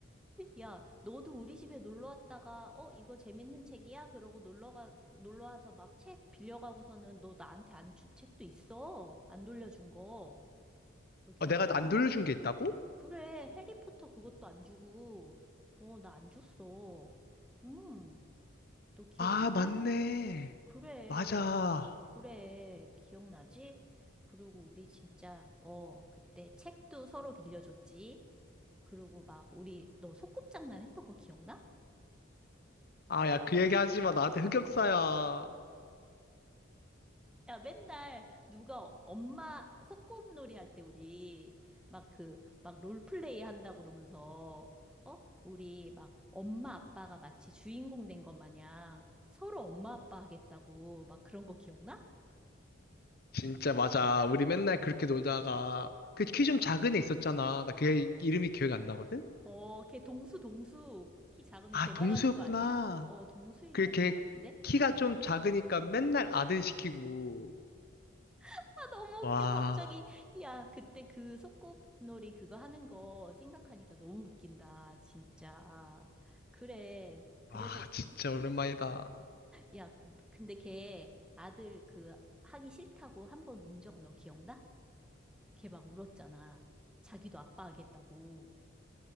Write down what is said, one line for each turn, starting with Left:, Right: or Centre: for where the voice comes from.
Centre: 야, 너도 우리 집에 놀러 왔다가, 어, 이거 재밌는 책이야? 그러고 놀러가, 놀러 와서 막 책 빌려가고서는 너 나한테 안 준 책도 있어. 안 돌려준 거. 너 기억
Left: 내가
Centre: 안
Left: 안
Centre: 나?
Left: 돌려준 게 있다고?
Centre: 그래, 해리포터 그것도 안 주고, 어, 나 안 줬어. 음, 너 기억
Left: 아,
Centre: 안
Left: 맞네.
Centre: 나? 그래,
Left: 맞아.
Centre: 그래, 기억나지? 그리고 우리 진짜, 어, 그때 책도 서로 빌려줬지. 그리고 막 우리, 너 소꿉장난 했던 거 기억나?
Left: 아, 야, 그 얘기 하지 마. 나한테 흑역사야.
Centre: 야, 맨날 누가 엄마 소꿉놀이 할 때 우리 막 그, 막 롤플레이 한다 그러면서, 어? 우리 막 엄마 아빠가 마치 주인공 된 것 마냥 서로 엄마 아빠 하겠다고 막 그런 거 기억나?
Left: 진짜 맞아. 우리 맨날 그렇게 놀다가 그 키 좀 작은 애 있었잖아. 나 걔 이름이 기억이 안 나거든?
Centre: 어, 걔 동수, 동수. 키 작은
Left: 아,
Centre: 애 걔 말하는
Left: 동수였구나.
Centre: 거 아니야? 어, 동수 얘기하는
Left: 그걔
Centre: 것 같은데?
Left: 키가
Centre: 어.
Left: 좀 작으니까 맨날 아들 시키고.
Centre: 아, 너무
Left: 와,
Centre: 웃겨, 갑자기. 야, 그때 그 소꿉놀이 그거 하는 거 생각하니까 너무 웃긴다, 진짜. 그래. 그래서
Left: 와, 진짜 오랜만이다.
Centre: 야, 그, 근데 걔 아들 그 하기 싫다고 한 번 운 적 너 기억나? 걔 막 울었잖아. 자기도 아빠 하겠다고.